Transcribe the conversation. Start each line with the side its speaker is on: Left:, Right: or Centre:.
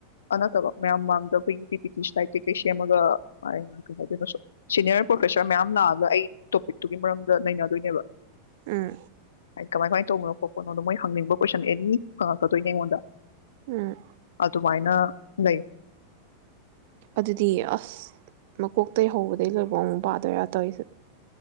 Left: ꯑꯅꯠꯇꯕ ꯃꯌꯥꯝ ꯃꯥꯡꯗ ꯑꯩꯈꯣꯏꯒꯤ ꯄꯤ ꯇꯤ ꯁꯥꯏꯠ ꯀꯩꯀꯩ ꯁꯦꯝꯃꯒꯩꯅ ꯀꯩ ꯍꯥꯏꯗꯣ ꯁꯤꯅꯤꯌꯔ ꯄ꯭ꯔꯣꯐꯦꯁꯔ ꯃꯌꯥꯝ ꯂꯥꯛꯑꯒ ꯑꯩ ꯇꯣꯄꯤꯛꯇꯨꯒꯤ ꯃꯔꯝ ꯅꯩꯅꯗꯣꯏꯅꯦꯕ
Right: ꯎꯝ
Left: ꯀꯃꯥꯏ ꯀꯥꯃꯥꯏ ꯇꯧꯕꯅꯣ ꯀꯣꯄ ꯅꯣꯗꯣ ꯃꯣꯏ ꯍꯪꯅꯤꯡꯕ ꯀꯣꯏꯁꯟ ꯑꯦꯅꯤ ꯍꯪꯉꯛꯀꯗꯣꯏꯅꯦ ꯑꯩꯉꯣꯟꯗ
Right: ꯎꯝ
Left: ꯑꯗꯨꯨꯃꯥꯏꯅ ꯣ <unintelligible>
Right: ꯑꯗꯨꯗꯤ ꯑꯁ ꯃꯀꯣꯛꯇꯩꯍꯧꯕꯗ ꯑꯗꯩ ꯂꯣꯏꯕꯣꯡ ꯑꯃꯨꯛ ꯄꯥꯗꯣꯏꯔꯥ ꯇꯧꯔꯤꯁꯦ